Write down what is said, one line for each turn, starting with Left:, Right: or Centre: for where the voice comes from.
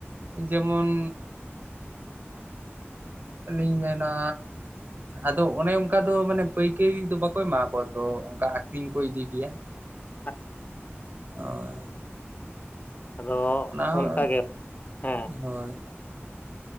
Right: ᱡᱮᱢᱚᱱ ᱞᱤᱧ ᱢᱮᱱᱟ ᱟᱫᱚ ᱚᱱᱮ ᱚᱝᱠᱟ ᱫᱚ ᱢᱟᱱᱮ ᱯᱟᱹᱭᱠᱟᱹᱨᱤ ᱫᱚ ᱵᱟᱠᱚ ᱮᱢᱟ ᱠᱚᱣᱟ ᱛᱚ ᱚᱝᱠᱟ ᱟᱠᱷᱨᱤᱧ ᱠᱚ ᱤᱫᱤ ᱜᱮᱭᱟ
Left: <unintelligible>
Right: ᱦᱚᱭ
Left: ᱟᱫᱚ
Right: ᱦᱚᱸ
Left: ᱚᱱᱠᱟ ᱜᱮ ᱦᱮᱸ
Right: ᱦᱳᱭ